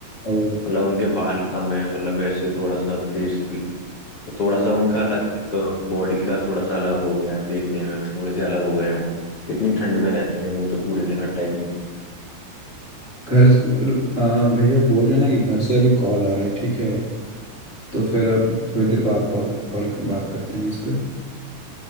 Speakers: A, on the left; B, on the left.
A: ओ,
B: मतलब उनके बाल कम है मतलब वैसे थोड़ा सा फेस भी तो थोड़ा सा उनका अलग बॉडी का थोड़ा सा अलग हो गया है देखने में थोड़े से अलग हो गए हैं वो इतनी ठंड में रहते हैं वो तो पूरे हर टाइम
A: घर आ, भैया बोल रहे हैं ना कि घर से अभी कॉल आ रहा है ठीक है तो फिर अब थोड़ी देर बाद कॉल कॉल बात करते हैं इस पे